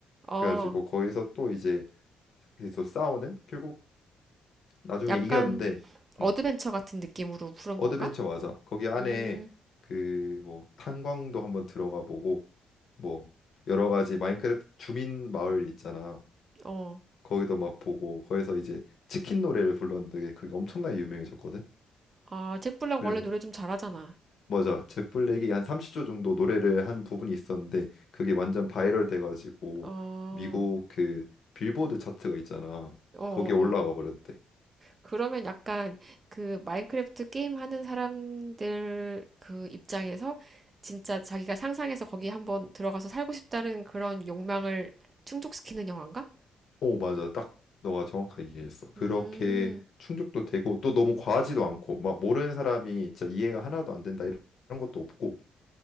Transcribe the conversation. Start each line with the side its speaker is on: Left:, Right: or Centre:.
Right: 어.
Left: 그래가지고 거기서 또 이제 그래서 싸우는 결국 나중에
Right: 약간
Left: 이겼는데
Right: 어드벤처
Left: 음,
Right: 같은 느낌으로 부른
Left: 어드벤처
Right: 건가?
Left: 맞아. 거기 안에
Right: 음,
Left: 그 뭐 탄광도 한번 들어가 보고 뭐 여러 가지 마인크래프트 주민 마을 있잖아.
Right: 어.
Left: 거기도 막 보고 거기서 이제 치킨 노래를 불렀는데 그게 엄청나게 유명해졌거든.
Right: 아, 잭 블랙
Left: 그래서
Right: 원래 노래 좀 잘하잖아.
Left: 맞아. 잭 블랙이 한 30초 정도 노래를 한 부분이 있었는데 그게 완전 바이럴 돼가지고
Right: 어,
Left: 미국 그 빌보드 차트가 있잖아.
Right: 어, 어,
Left: 거기에 올라가
Right: 어.
Left: 버렸대.
Right: 그러면 약간 그 마인크래프트 게임 하는 사람들 그 입장에서 진짜 자기가 상상해서 거기 한번 들어가서 살고 싶다는 그런 욕망을 충족시키는 영화인가?
Left: 오, 맞아. 딱 너가 정확하게 이해했어. 그렇게
Right: 음,
Left: 충족도 되고 또 너무 과하지도 않고 막 모르는 사람이 진짜 이해가 하나도 안 된다 이런 이런 것도 없고